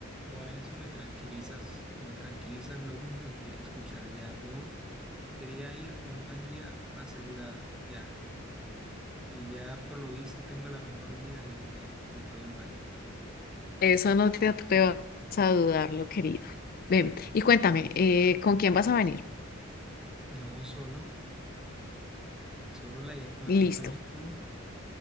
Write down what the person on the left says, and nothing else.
eso no te atrevas a dudarlo, querido. Ven, y cuéntame, eh, ¿con quién vas a venir?
Listo.